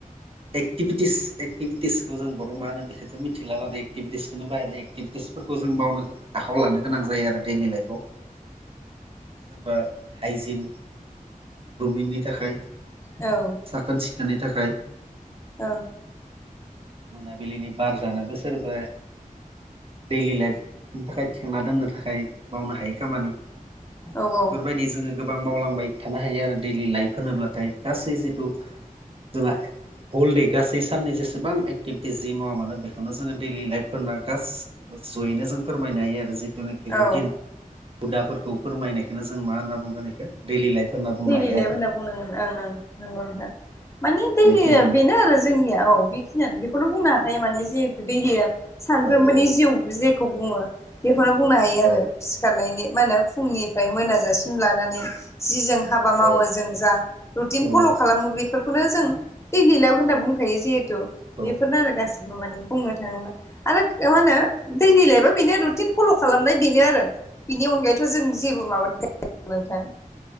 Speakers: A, on the right (about 40°); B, on the left (about 20°).
A: एक्टिभिटिस एक्टिभिटिसखौ जों बर' मा होनो बेखौथ मिथिलाबाय आरो एक्टिभिटिसखौनो बाहायबाय एक्टिभिटिस खौ जों मावनो आखायावआव लानो गोनां जायो आरो दैडलि लाइफआव सोरबा हाइजिन ग्रमिंनि थाखाय
B: औ
A: साखोन सिखोननि थाखाय
B: औ
A: मोनाबिलिनि बार जानोबो सोरबा दैडलि लाइफनि थाखाय थेंना दोननो थाखाय बावनो हायो खामानि बेफोरबायदि
B: औ औ
A: जोङो गोबां मावलांबाय थानो हायो आरो दैलि लाइफ होनोब्लाथाय गासै जिथु जोंना हलदे गासै साननि जेसेबां एक्टिभिटि जि मावा मानो बेखौनो जोङो दैलि लाइफफोरना गाससिबो ज'यैनो जों फोरमायनो हायो आरो जि रुथिन
B: औ
A: हुदाफोरखौ फोरमायनायखौ जों मा होनना बुंगोन बेखौ दैलि लाइफ होनना बुंनो
B: दैलि
A: हायो
B: लेफ
A: आरो
B: होनना बुंनांगोन ओं ओं नंगौना माने दै
A: बेखिनियानो
B: बेनो आरो जोंनिया औ खिनियानो बेखौनो बुंनो हाखायो माने जिहेतु दै गया सानफ्रोमबोनि
A: औ औ
B: जिउ जेखौ बुङो बेखौनो बुंनो हायो आरो
A: औ
B: सिखारनायनि मा होनो फुंनि फ्राय मोनाजासिम लानानै जि जों हाबा मावो
A: औ
B: जों जा रुटिन
A: औ
B: फल' खालामो बे बेफोरखौनो जों दैलिलाब होनना बुंखायो जिहेथु
A: औ
B: बेफोरनो आरो गासिबो माने बुंनो थाङोब्ला आरो मा होनो दैलि लइबा बेनो रुटिन फल' खालामनाय बेनो आरो बिनि अनगायैथ' जों जेबो माबानाय नोंथां
A: औ